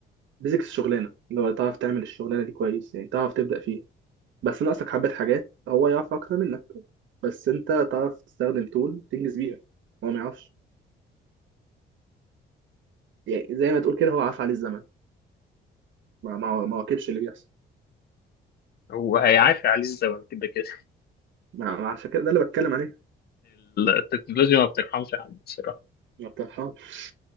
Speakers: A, on the right (about 70°); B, on the left (about 55°).
A: بيزكس شغلانه اللي هو تعرف تعمل الشغلانه دي كويس يعني تعرف تبدا فيها بس ناقصك حبه حاجات هو يعرف اكتر منك بس انت تعرف تستخدم تول تنجز بيها هو ما يعرفش يعني زي ما تقول كده هو عاف عليه الزمن ما ما ما واكبش اللي بيحصل
B: هو هيعافي عليه الزمن كده كده
A: ما ما عشان كده ده اللي بتكلم عليه
B: التكنولوجيا ما بترحمش حد بصراحة
A: ما بترحمش